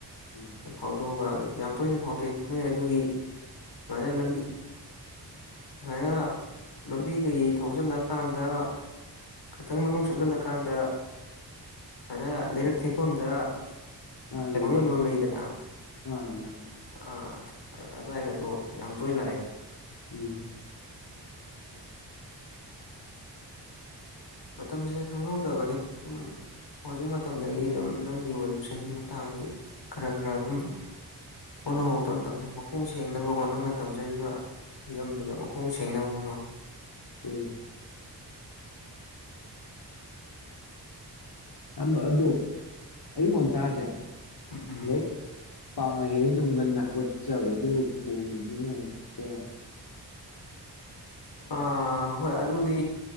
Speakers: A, on the left; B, on the left.
A: ꯑꯥ
B: ꯑꯗꯨ ꯐꯥꯎꯗꯣꯛꯑꯒ ꯑꯗꯨꯝ ꯌꯥꯝ ꯇꯣꯏꯅ ꯐꯥꯎꯗꯣꯛꯏ ꯅꯣꯏ ꯑꯗꯨꯒꯤ ꯁꯨꯃꯥꯏꯅ ꯂꯝꯕꯤ ꯁꯨꯃꯥꯏꯅ ꯂꯝꯕꯤꯗꯒꯤ ꯊꯧꯖꯤꯜꯂꯀꯥꯟꯗ ꯈꯤꯇꯪ ꯃꯅꯨꯡ ꯆꯪꯁꯤꯜꯂꯀꯥꯟꯗ ꯁꯨꯃꯥꯏꯅ ꯂꯩꯔꯛ ꯊꯦꯛꯐꯝꯗ
A: ꯑꯥ
B: ꯀꯩꯅꯣ
A: ꯂꯩ
B: ꯌꯣꯟꯐꯝ ꯂꯩꯗꯅ
A: ꯑꯥ ꯌꯥꯝ
B: ꯑꯥ ꯑꯗꯨꯋꯥꯏꯒꯗꯣ ꯌꯥꯝ ꯇꯣꯏꯅ ꯂꯥꯛꯑꯦ
A: ꯎꯝ
B: ꯃꯇꯝꯁꯦ ꯈꯪꯍꯧꯗꯕꯅꯤ ꯁꯨꯝ ꯍꯧꯖꯤꯛ ꯃꯇꯝꯗꯒꯤ ꯑꯗꯨꯝ ꯅꯪꯒꯤ ꯑꯣꯏꯔꯤꯕ ꯆꯍꯤ ꯃꯇꯥꯡꯁꯤ ꯈꯔ ꯈꯔ ꯑꯗꯨꯝ ꯍꯣꯠꯅꯧꯕ ꯇꯞꯅ ꯇꯞꯅ ꯃꯈꯣꯡ ꯁꯦꯡꯅꯕꯀꯣ ꯅꯪꯅ ꯇꯝꯖꯔꯤꯕ ꯍꯤꯔꯝꯗꯨꯗ ꯃꯈꯣꯡ ꯁꯦꯡꯅꯕ ꯍꯣꯠꯅꯧ
A: ꯍꯨꯏ ꯏꯌꯥꯝꯕ ꯑꯗꯨ ꯑꯌꯨꯛ ꯉꯟꯇꯥꯥꯁꯦ
B: ꯎꯝ
A: ꯂꯦꯛ ꯄꯥꯒꯦꯅ ꯑꯗꯨꯝ ꯉꯟꯅ ꯍꯧꯒꯠꯆꯕ ꯑꯗꯨ ꯐꯣꯟꯁꯤꯅ ꯍꯦꯛꯇ
B: ꯑꯥ ꯍꯣꯏ ꯑꯗꯨꯗꯤ